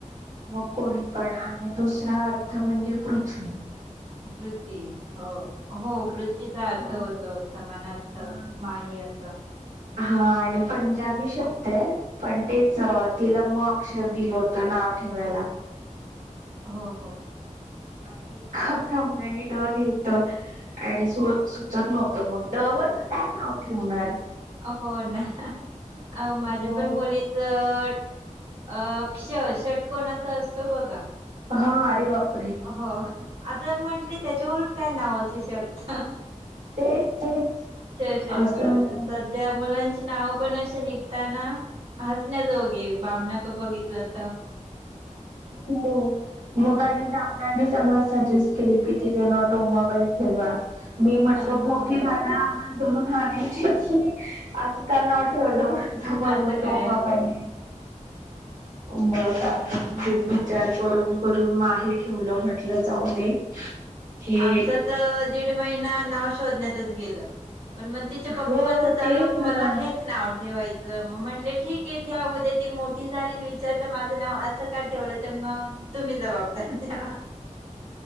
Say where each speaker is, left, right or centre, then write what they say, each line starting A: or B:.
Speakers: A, on the right (about 80°); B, on the right (about 45°).
A: मग कोणी पण आणि दुसरा अर्थ म्हणजे पृथ्वी
B: पृथ्वी हो. हो
A: असे
B: पृथ्वीचा
A: दोन
B: अर्थ समानार्थ
A: हा
B: माही याचा.
A: हा आणि पंजाबी शब्द आहे पण तेच तिला म अक्षर दिल होत तर नाव ठेवायला.
B: हो हो
A: आणि एका ब्राह्मणानी ड दिलत. आणि सु सुचत नव्हतं मग ड वरण काय नाव ठेवणार?
B: हो ना अ माझ्या
A: मग
B: पण मुली अ अ ष षटकोणाचा असतो बघा?
A: हा अरे बापरे
B: हो आता म्हंटले त्याच्यावरून काय नाव असू शकत
A: तेच तेच
B: ष‌ षटकोनाचा
A: असं
B: सध्या त्या मुलांची नाव पण असे निघता ना हसण्या जोघे बामना कड बघितलं तर
A: हो मग
B: हम्म
A: आणि ब्राह्मणांनी चांगलं सजेस्ट केले किती जण डोमाबाई ठेवा मी म्हटल
B: अहो.
A: मोठी झाल्यावर आम्हाला धरून हा नाही तर असं का नाव ठेवलं म्हणून
B: असं
A: डोमाबाई
B: काय हो
A: मग आम्ही
B: हम्म
A: खूप विचार करून करून माहे ठेवलं म्हटलं जाऊ दे. हे
B: आमचं त दीड महिना नाव शोधण्यातच गेलं. पण म तिच्या
A: हो
B: पप्पांच चालू
A: तेच ना
B: मला हे नाव ठेवायचं म- म्हटले ठीक आहे उदया ती मोठी झाली विचारलं माझं नाव अस का ठेवल तर मग तुम्ही जबाबदार त्याला.